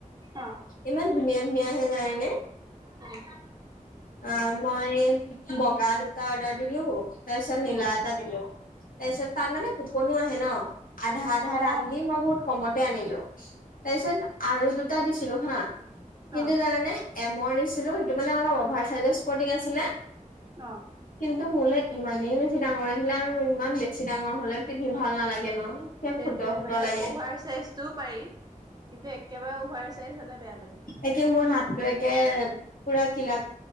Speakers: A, on the right; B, on the left.
A: অ অ
B: ইমান ধুনীয়া, ধুনীয়া আহে জানানে?
A: উম
B: অ', মই বগা দুটা অৰ্ডাৰ দিলো, তাৰপিছত নীলা
A: উম
B: এটা দিলো, তাৰপিছত, তাত মানে কুপনো আহে ন, আধা আধা
A: অ
B: দাম দি মই বহুত, কমতে আনিলো, তাৰপিছত আৰু দুটা দিছিলো হা, কিন্তু
A: অ
B: জানানে, এমৰ দিছিলো সেইটো মানে অলপ অভাৰ চাইজৰ স্পৰ্টিং আছিলে
A: অঁ।
B: তু মোলে ইমানেই বেছি ডাঙৰ আহিলে আৰু ইমান বেছি ডাঙৰ হলে পিন্ধি ভাল নালাগে ন। কিবা
A: সেইটোৱে
B: ফটুৱা ফটুৱা
A: মানে
B: লাগে
A: অভাৰ চাইজটোও পাৰি। কিন্তু একেবাৰে অভাৰ চাইজ হলে বেয়া। লাগে
B: একে মোৰ হাত, তো পুৰা কিলাক